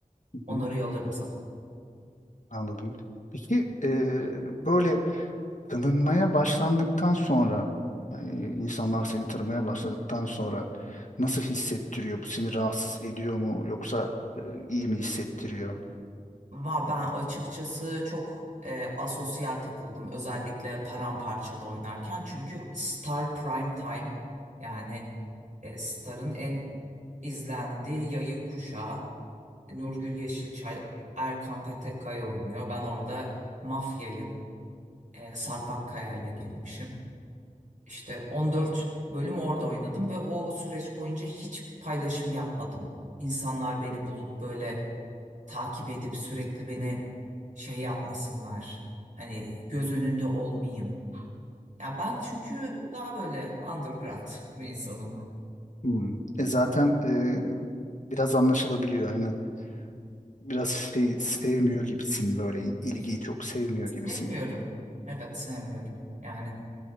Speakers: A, on the left (about 60°); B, on the right (about 60°).
A: hı
B: Onları
A: hı,
B: yollarım sana.
A: anladım. Peki e, böyle tanınmaya başlandıktan sonra yani insanlar seni tanımaya başladıktan sonra nasıl hissettiriyor? Bu seni rahatsız ediyor mu yoksa e, iyi mi hissettiriyor?
B: Va ben açıkçası çok e, asosyal takıldım özellikle paramparçada oynarken çünkü Star Prime Time yani e, Star'ın en izlendiği yayın kuşağı Nurgül Yeşilçay, Erkan Petekkaya oynuyor. Ben orada mafyayım. E, Sarp Akkaya ile girmişim. İşte 14 bölüm orada oynadım ve o süreç boyunca hiç paylaşım yapmadım. İnsanlar beni bulup böyle takip edip sürekli beni şey yapmasınlar. Hani göz önünde olmayayım. Ya ben çünkü daha böyle underground <laughs> bir insanım.
A: Hmm. E zaten e, biraz anlaşılabiliyor aynen. Biraz şey sevmiyor
B: Evet,
A: gibisin böyle il- ilgiyi çok sevmiyor
B: sevmiyorum.
A: gibisin.
B: Evet sevmiyorum. Yani